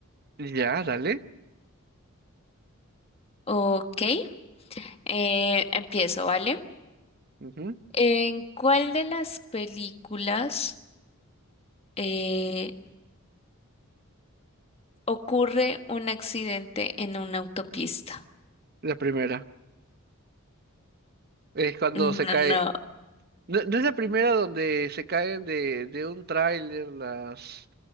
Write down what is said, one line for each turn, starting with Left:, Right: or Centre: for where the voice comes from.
Right: Ya, dale.
Left: Ok, eh, empiezo, ¿vale?
Right: Ujú.
Left: ¿En cuál de las películas eh, ocurre un accidente en una autopista?
Right: La primera. Es cuando
Left: No,
Right: se cae.
Left: no,
Right: No, no es la primera donde se caen de, de un tráiler las